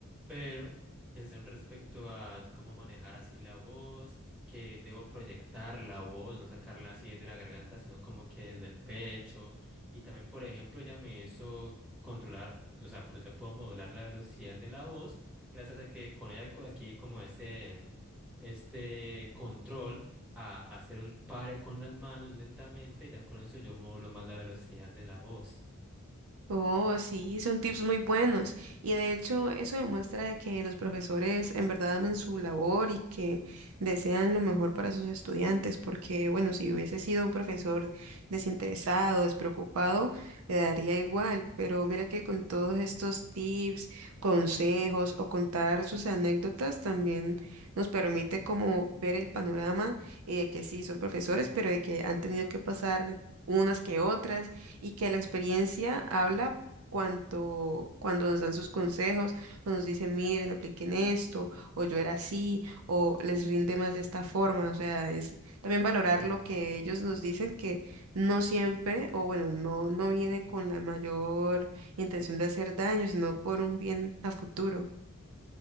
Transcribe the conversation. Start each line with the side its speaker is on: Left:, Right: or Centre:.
Centre: pero que son respecto a cómo manejar así la voz, que debo proyectar la voz, no sacarla así desde la garganta, sino como que desde el pecho. Y también, por ejemplo, ya me hizo controlar, o sea, pues ya puedo modular la velocidad de la voz, gracias a que con ella co- adquirí como ese, este control a hacer un pare con las manos lentamente, y ya con eso yo modulo más la velocidad de la voz.
Right: Oh, sí, son tips muy buenos. Y de hecho, eso demuestra de que los profesores en verdad aman su labor y que desean lo mejor para sus estudiantes, porque bueno, si hubiese sido un profesor desinteresado, despreocupado, le daría igual, pero mira que con todos estos tips, consejos o contar sus anécdotas también nos permite como ver el panorama y de que sí, son profesores, pero de que han tenido que pasar unas que otras y que la experiencia habla cuanto, cuando nos dan sus consejos, o nos dicen, miren, apliquen esto, o yo era así, o les rinde más de esta forma. O sea, es también valorar
Centre: Ujú.
Right: lo que ellos nos dicen, que no siempre, o bueno, no, no viene con la mayor intención de hacer daño, sino por un bien a futuro.